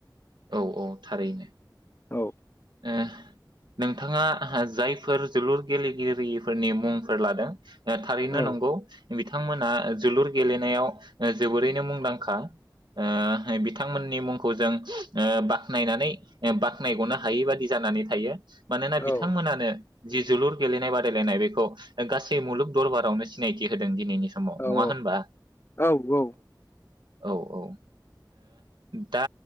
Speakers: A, on the right; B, on the left.
A: औ औ थारैनो।
B: औ
A: ओ नोंथाङा हा जायफोर जोलुर गेलेगिरिफोरनि मुंफोर लादों थारैनो
B: औ
A: नंगौ बिथांमोना जोलुर गेलेनायाव जोबोरैनो मुंदांखा ओ बिथांमोननि मुंखौ जों ओ बाख्नायनानै बाख्नायगनो हायि बादि जानानै थायो। मानोना
B: औ
A: बिथांमोनानो जि जोलुर गेलेनाय बादायलायनाय बेखौ गासै मुलुग दरबारावनो सिनायथि होदों दिनैनि समाव
B: औ
A: नङा होनबा
B: औ औ औ
A: औ औ ओ दा